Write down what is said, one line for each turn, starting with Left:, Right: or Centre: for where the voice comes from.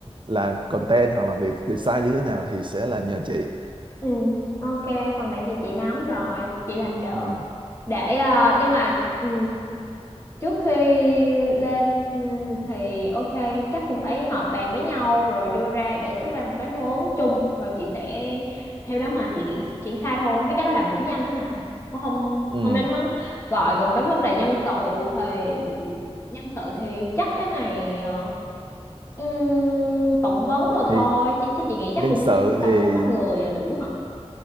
Right: làm content hoặc là việc design như thế nào thì sẽ là nhờ chị
Left: ừ ok phần này thì chị nắm rồi chị làm được
Right: ừ.
Left: để ờ, nhưng mà ừ, trước khi lên ừ, thì ok chắc cũng phải họp bàn với nhau rồi đưa ra đề xuất ra một cái hướng chung rồi chị sẽ theo đó mà chị triển triển khai thôi mấy cái đó làm cũng nhanh đó mà cũng không
Right: Ừ.
Left: không nên mắng gọi còn cái vấn đề nhân sự thì nhân sự thì chắc cái này ờ, ừm, phỏng vấn rồi
Right: thì
Left: thôi chứ, chứ chị nghĩ chắc
Right: nhân
Left: cũng
Right: sự
Left: tầm
Right: thì
Left: bốn năm người là đủ hả